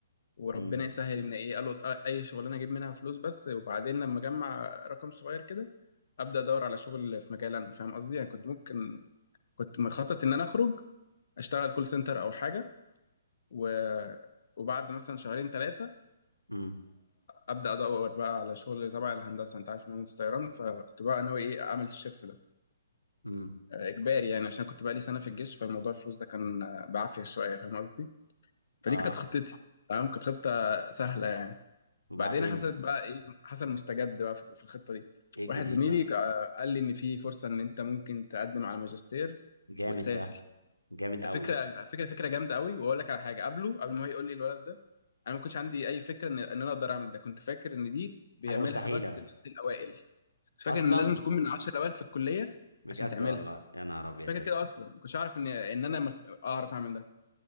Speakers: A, on the left; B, on the left.
A: وربنا
B: امم
A: يسهل ان ايه قالوا اي شغلانه اجيب منها فلوس بس وبعدين لما اجمع رقم صغير كده ابدا ادور على شغل في مجال انا فاهم قصدي يعني كنت ممكن كنت مخطط ان انا اخرج اشتغل كول سنتر او حاجه و... وبعد مثلا شهرين ثلاثه
B: امم
A: ابدا ادور بقى على شغل تبع الهندسه انت عارف ان انا مهندس طيران فكنت بقى ناوي ايه اعمل الشيفت ده
B: امم
A: آه، اجباري يعني عشان كنت بقى لي سنه في الجيش فالموضوع الفلوس ده كان آه، بعافيه شويه فاهم قصدي فدي
B: اه
A: كانت خطتي تمام كانت خطه سهله يعني
B: وبعدين
A: بعدين حصلت بقى ايه حصل مستجد بقى في في الخطه دي
B: ايه الجديد
A: واحد زميلي
B: بقى
A: آه، قال لي ان في فرصه ان انت ممكن تقدم على ماجستير
B: جامد
A: وتسافر
B: ده جامد قوي
A: فكره فكره فكره جامده قوي واقول لك على حاجه قبله قبل ما هو يقول لي الولد ده انا ما كنتش عندي اي فكره ان ان انا اقدر اعمل ده كنت فاكر ان دي بيعملها
B: حاجه مستحيله
A: بس الناس الاوائل كنت فاكر
B: اصلا
A: ان لازم تكون من 10 الاوائل في الكليه
B: بجد
A: عشان تعملها
B: والله يا نهار ابيض
A: فاكر
B: يا
A: كده
B: اسطى
A: اصلا ما كنتش اعرف ان ان انا مس... اعرف اعمل ده